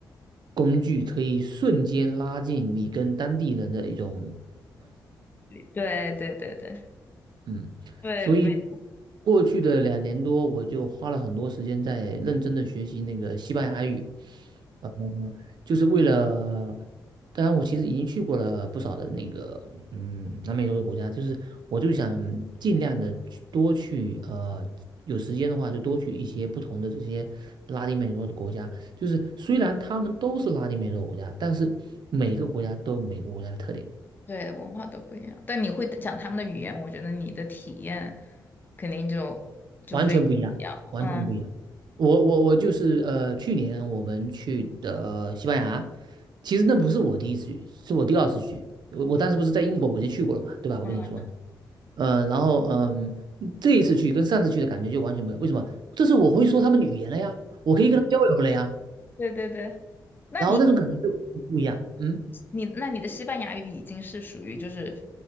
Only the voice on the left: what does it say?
对对对对
对，
没。
对，文化都不一样，但你会讲他们的语言，我觉得你的体验肯定就就非常不一样了嗯
嗯，
对对对，那你
你那你的西班牙语已经是属于就是